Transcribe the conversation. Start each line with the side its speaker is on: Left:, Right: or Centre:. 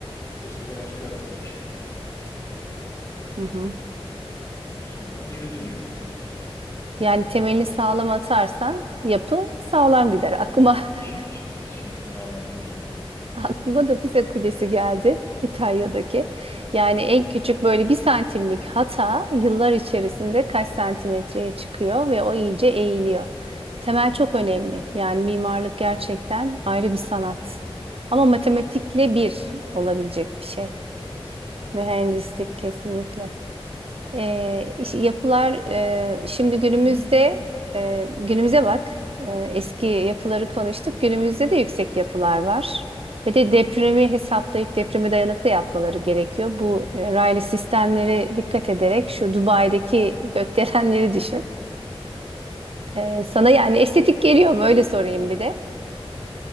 Left: O sırada başka inşaat yapıyor.
Right: Hı hı.
Left: E, o- o sonra ona geri dönüyor.
Right: Yani temelini
Left: Böyle
Right: sağlam atarsan yapı sağlam gider. Aklıma
Left: tabii
Right: <laughs>
Left: şimdi, şimdiki binalar gibi değil.
Right: Aklıma da Pisa Kulesi geldi İtalya'daki. Yani
Left: Hmm.
Right: en küçük böyle bir santimlik hata yıllar içerisinde kaç santimetreye çıkıyor ve o iyice eğiliyor. Temel çok önemli. Yani mimarlık gerçekten ayrı bir sanat. Ama matematikle bir olabilecek bir şey.
Left: Mühendislik, evet.
Right: Mühendislik kesinlikle. Ee, iş- yapılar e, şimdi günümüzde
Left: Senin
Right: e, günümüze bak. E, eski yapıları konuştuk. Günümüzde de yüksek yapılar var. Ve de depremi hesaplayıp depreme dayanıklı yapmaları gerekiyor. Bu e, raylı sistemlere dikkat ederek şu Dubai'deki gökdelenleri düşün. Ee, sana yani estetik geliyor mu? Öyle sorayım bir de.